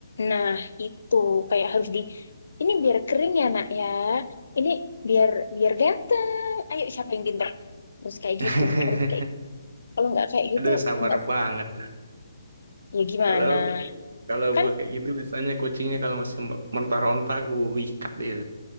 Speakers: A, on the left; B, on the right.
A: nah itu kayak harus di, ini biar kering ya nak ya. Ini biar biar ganteng. Ayo siapa yang pintar? Terus kayak
B: <laughs>
A: gitu, harus kayak gitu. Kalau nggak kayak gitu,
B: Aduh sabar
A: enggak.
B: banget.
A: Ya gimana?
B: Kalau kalau
A: Kan
B: gua kayak gitu biasanya kucingnya kalau masih mentah-ronta aku ikat dia.